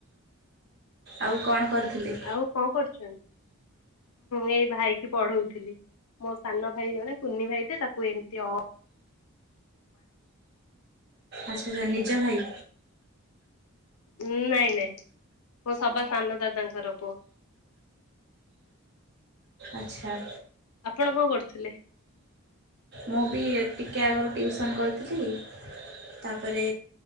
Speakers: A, on the right (about 50°); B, on the left (about 90°).
A: ଆଉ କଣ କରୁଥିଲି?
B: ଉ କଣ କରୁଚନ୍ତି? ଏଇ ଭାଇ କିି ପଢଉଥିଲି। ମୋ ସାନ ଭାଇ ଜଣେ କୁନି ଭାଇଟେ ତାକୁ ଏମତି ଅ
A: ଆଛା ଆଛା ନିଜେ ଭାଇ?
B: ଉ ନାଇଁ ନାଇଁ ମୋ ସବା ସାନ ଦାଦାଙ୍କର ପୁଅ।
A: ଆଚ୍ଛା।
B: ଆପଣ କଣ କରୁଥିଲେ?
A: ମୁଁ ବି ଟିକେ ଆଗରୁ ଟିଉସନ୍ କରିଥିଲି। ତାପରେ